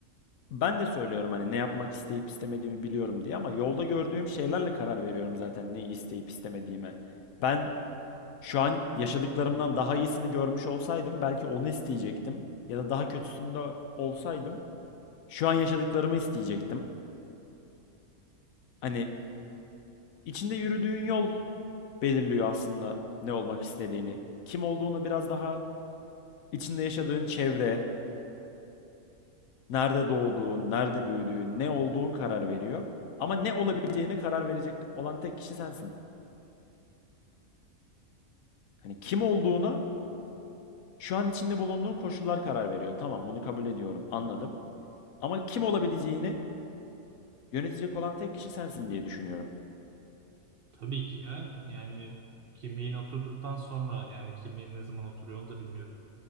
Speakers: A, on the left; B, on the right.
A: Ben de söylüyorum hani ne yapmak isteyip istemediğimi biliyorum diye ama yolda gördüğüm şeylerle karar veriyorum zaten neyi isteyip istemediğime. Ben şu an yaşadıklarımdan daha iyisini görmüş olsaydım belki onu isteyecektim ya da daha kötüsünde olsaydım şu an yaşadıklarımı isteyecektim. Hani içinde yürüdüğün yol belirliyor aslında ne olmak istediğini. Kim olduğunu biraz daha içinde yaşadığın çevre, Nerede doğduğun, nerede büyüdüğün, ne olduğun karar veriyor. Ama ne olabileceğine karar verecek olan tek kişi sensin. Hani kim olduğuna şu an içinde bulunduğun koşullar karar veriyor. Tamam, bunu kabul ediyorum, anladım. Ama kim olabileceğini yönetecek olan tek kişi sensin diye düşünüyorum.
B: Tabii ki ya yani kimliğin oturduktan sonra yani kimliğin ne zaman oturuyor onu da bilmiyorum.